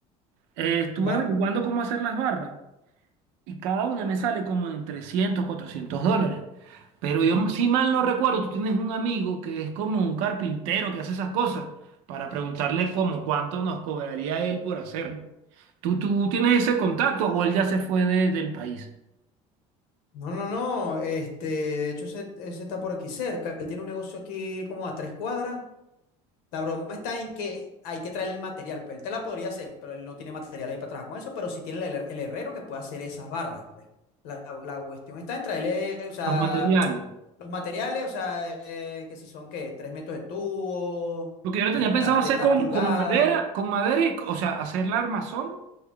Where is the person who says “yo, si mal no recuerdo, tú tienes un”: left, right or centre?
Right